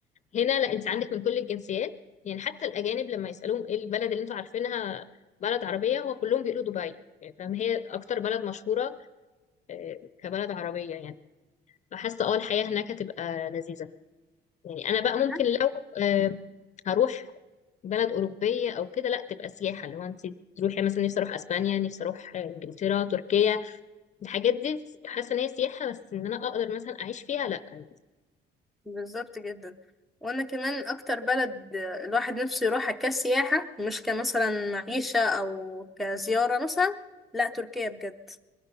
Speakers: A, on the left; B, in the centre.
A: هنا لا انت عندك من كل الجنسيات يعني حتى الاجانب لما يسالوهم ايه البلد اللي انتوا عارفينها بلد عربيه هو كلهم بيقولوا دبي يعني فاهم هي اكتر بلد مشهوره آه، كبلد عربيه يعني فحاسه اه الحياه هناك هتبقى لذيذه يعني انا بقى
B: تمام
A: ممكن لو آه، هروح بلد اوروبيه او كده لا تبقى سياحه اللي هو انت تروحي مثلا نفسي اروح اسبانيا نفسي اروح آه، انجلترا تركيا الحاجات دي حاسه ان هي سياحه بس ان انا اقدر مثلا اعيش فيها لا يعني
B: بالظبط جدا وانا كمان اكتر بلد الواحد نفسه يروحها كسياحة مش كمثلا معيشة او كزيارة مثلا لا تركيا بجد